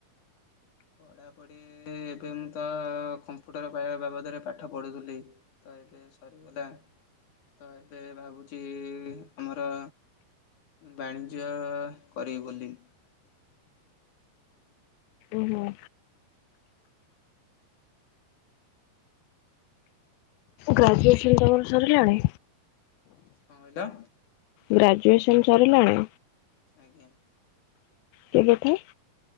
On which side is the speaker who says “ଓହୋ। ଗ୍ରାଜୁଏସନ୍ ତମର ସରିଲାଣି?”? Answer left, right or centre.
Left